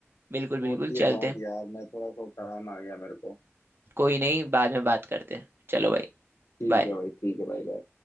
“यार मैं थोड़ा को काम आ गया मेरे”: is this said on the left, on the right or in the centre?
Left